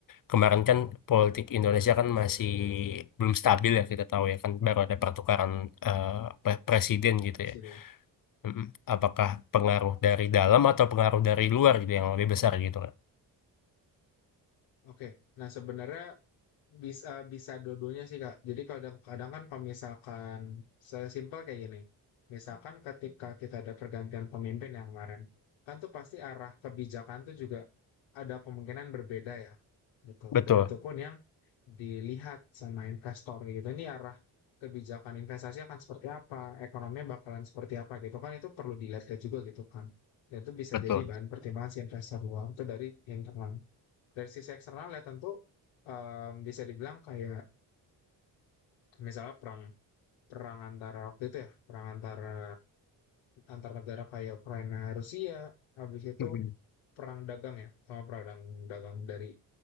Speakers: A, on the left; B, on the left.
A: kemarin kan politik Indonesia kan masih belum stabil ya kita tahu ya kan baru ada pertukaran eh, pre- presiden gitu
B: presiden.
A: ya. Mm-mm. Apakah pengaruh dari dalam atau pengaruh dari luar gitu yang lebih besar gitu kan?
B: Oke, nah sebenarnya Bisa bisa dua-duanya sih Kak. Jadi kadang-kadang kan kalau misalkan sesimpel kayak gini, misalkan ketika kita ada pergantian pemimpin yang kemarin, kan tuh pasti arah kebijakan tuh juga ada kemungkinan berbeda ya, gitu.
A: Betul,
B: Dan itu pun yang dilihat sama investor gitu, ini arah kebijakan investasi akan seperti apa, ekonominya bakalan seperti apa gitu kan, itu perlu dilihat juga gitu kan. Dan itu bisa
A: betul.
B: jadi bahan pertimbangan si investor luar, itu dari internal dari sisi eksternal ya tentu em, bisa dibilang kayak misalnya perang perang antara waktu itu ya perang antara antar negara kayak Ukraina Rusia habis itu
A: Mm-mm.
B: perang dagang ya sama perang dagang dari